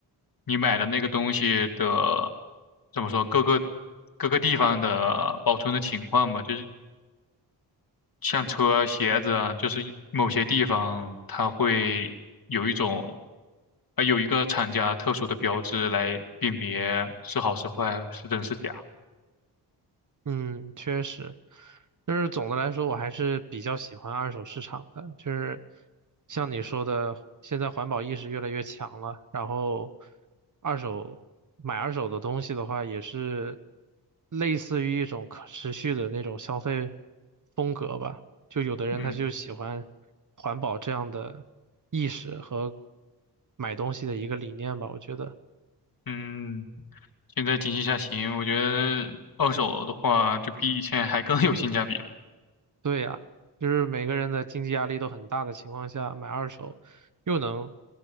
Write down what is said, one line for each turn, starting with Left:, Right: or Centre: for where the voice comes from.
Left: 你买的那个东西的，怎么说，各个各个地方的保存的情况吧。就是像车、鞋子啊，就是某些地方它会有一种，啊、有一个厂家特殊的标志来辨别是好是坏，是真是假。
Right: 嗯，确实，就是总的来说，我还是比较喜欢二手市场的。就是像你说的，现在环保意识越来越强了，然后二手买二手的东西的话，也是类似于一种可持续的那种消费风格吧。就有的人他就喜欢环保这样的意识和
Left: 嗯
Right: 买东西的一个理念吧，我觉得。
Left: 嗯。现在经济下行，我觉得二手的话就比以前还更有性价比了。
Right: 对呀，就是每个人的经济压力都很大的情况下，买二手又能